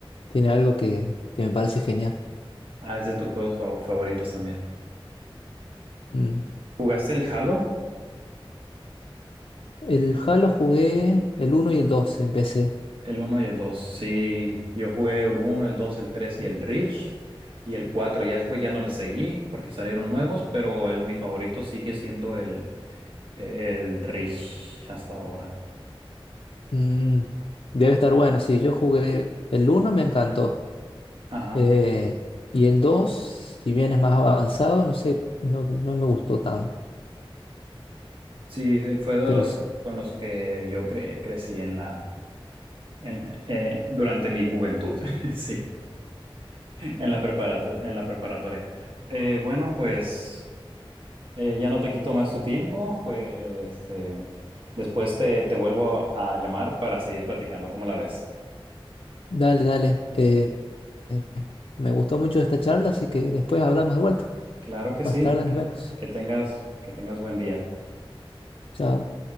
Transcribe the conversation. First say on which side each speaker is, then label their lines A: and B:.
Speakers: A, on the left; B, on the right.
A: Tiene algo que, que me parece genial.
B: Ah, es de tus juegos fa- favoritos también.
A: Mm.
B: ¿Jugaste el Halo?
A: El Halo jugué el uno y el 2 empecé.
B: El uno y el 2. Sí, yo jugué el uno, el 2, el 3 y el Reach y el 4. Ya después ya no les seguí porque salieron nuevos, pero el, mi favorito sigue siendo el, el Reach hasta ahora.
A: Mm, debe estar bueno. Sí, yo jugué el uno me encantó.
B: Ajá.
A: Eh, y el dos si bien es más avanzado, no sé, no, no me gustó tanto.
B: Sí, sí, fue de
A: Pero
B: los
A: s-
B: con los que yo cre- crecí en la, en, eh, durante mi juventud. <laughs> Sí. En la preparato- en la preparatoria. Eh, bueno, pues eh, ya no te quito más tu tiempo. Fue, eh, este, después te, te vuelvo a llamar para seguir platicando. ¿Cómo la ves?
A: dale, dale. eh, eh, me gustó mucho esta charla, así que después hablamos de vuelta.
B: Claro que
A: Más
B: sí.
A: tarde nos
B: Que,
A: vemos.
B: que tengas, que tengas buen día.
A: Chao.